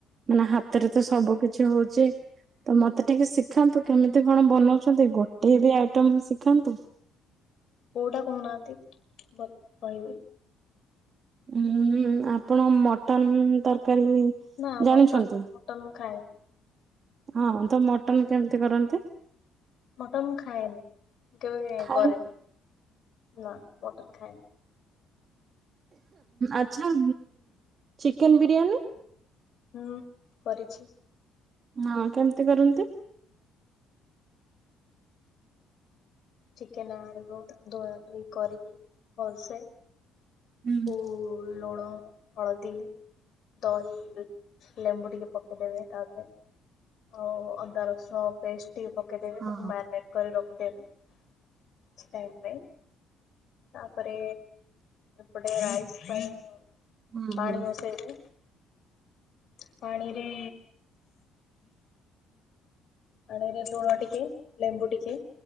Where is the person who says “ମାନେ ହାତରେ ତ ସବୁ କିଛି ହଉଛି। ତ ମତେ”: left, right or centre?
Right